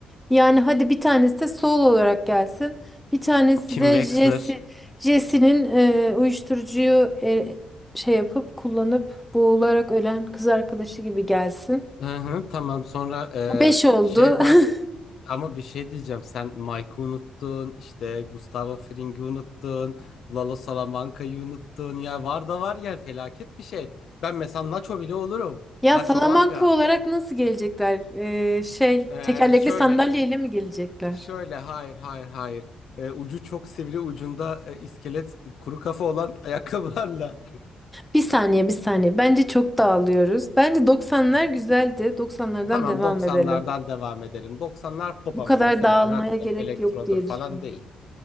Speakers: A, in the centre; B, on the left.
A: Yani hadi bir tanesi de Saul olarak gelsin. Bir tanesi
B: Kim
A: de
B: Wexler.
A: Jesse. Jesse'nin e, uyuşturucuyu e, şey yapıp kullanıp boğularak ölen kız arkadaşı gibi gelsin.
B: Hı hı, tamam sonra e,
A: Beş oldu.
B: şey var
A: <laughs>
B: ama bir şey diyeceğim. Sen Mike'ı unuttun, işte Gustavo Fring'i unuttun, Lalo Salamanca'yı unuttun. Ya var da var ya felaket bir şey. Ben mesela Nacho bile olurum.
A: Ya
B: Nacho
A: Salamanca
B: Varga.
A: olarak nasıl gelecekler? E, şey
B: Ee,
A: tekerlekli
B: şöyle,
A: sandalyeyle mi gelecekler?
B: şöyle, hayır, hayır, hayır. Ee, ucu çok sivri, ucunda e, iskelet, kuru kafa olan <laughs> ayakkabılarla.
A: Bir saniye bir saniye. Bence çok dağılıyoruz. Bence 90'lar
B: Hı hı.
A: güzeldi. 90'lardan
B: Tamam,
A: devam
B: doksanlardan
A: edelim.
B: devam edelim. Doksanlar pop
A: Bu
B: ama
A: kadar
B: mesela
A: dağılmaya
B: rock'tır,
A: gerek
B: elektrodur
A: yok diye
B: falan
A: düşünüyorum.
B: değil.